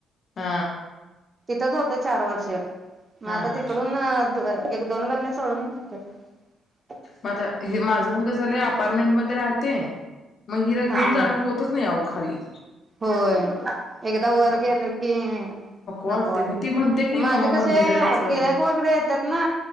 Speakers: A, on the left; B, on the right.
A: हा
B: तच होत चार वर्ष मग
A: हा हा
B: आता
A: हा
B: तिकडून अअ द एक दोन गल्ल्या सोडून इतच
A: म आता हे माझं पण कस झालंये अपार्टमेंटमध्ये राह ते मग हिला घेऊन
B: हा
A: जाणं
B: हा
A: होतच नाही अहो खाली
B: होय एकदा वर
A: मग
B: गेलं की
A: वाटते
B: नको वाटतये
A: मी ती म्हणते की मम्मा
B: माझ कसय
A: मंदिराला चल
B: गिरायक वगैरे येतात ना